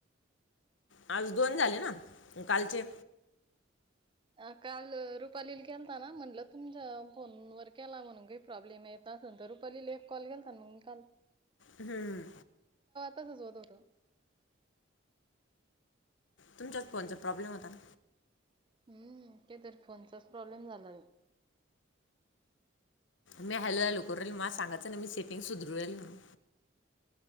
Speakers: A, on the left (about 70°); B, on the right (about 25°).
A: आज दोन झाले ना? म कालचे
B: अ काल रुपालीले केलता ना म्हणलं तुमच्या फोनवर केला म्हणून काही प्रॉब्लेम ये असं असणं तर रुपाली ले एक कॉल केलता न मी काल.
A: हम.
B: तसच होत होत. <inaudible>
A: तुमच्याच फोनचा प्रॉब्लेम होता का?
B: हम काहितरी फोनचाच प्रॉब्लेम झाला
A: मी हॅलो हॅलो करुण राहिला मग सांगायचं की मी सेटिंग सुधरू राहिला म्हणुन